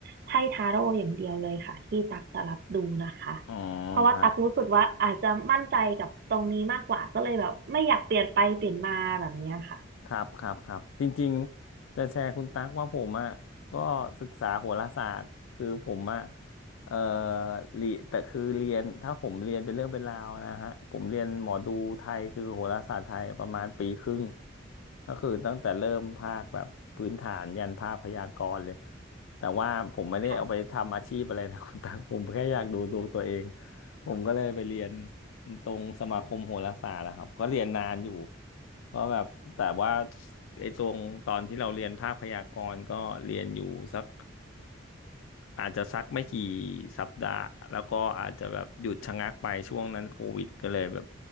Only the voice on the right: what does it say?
ไพ่ทาโร่อย่างเดียวเลยค่ะที่ตักจะรับดูนะคะ
เพราะว่าตักรู้สึกว่าอาจจะมั่นใจกับตรงนี้มากกว่าก็เลยแบบไม่อยากเปลี่ยนไปเปลี่ยนมาแบบเนี้ยค่ะ
ค่ะ